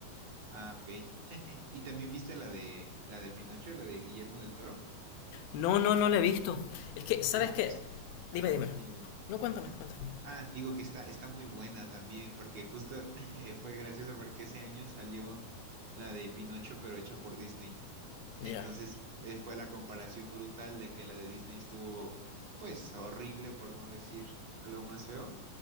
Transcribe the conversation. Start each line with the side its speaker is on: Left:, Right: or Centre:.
Right: Ah, ok. <laughs> ¿Y también viste la de la de Pinocho, la de Guillermo del Toro?
Left: No, no, no la he visto. Es que, ¿sabes
Right: No,
Left: qué?
Right: es.
Left: Dime,
Right: Ajá,
Left: dime.
Right: dime, dime.
Left: No, cuéntame, cuéntame.
Right: Ah, digo que está, está muy buena también, porque justo <laughs> eh, fue gracioso porque ese año salió la de Pinocho, pero hecha por Disney. Entonces
Left: Ya.
Right: eh, fue la comparación brutal de que la de Disney estuvo, pues, horrible, por no decir algo más feo,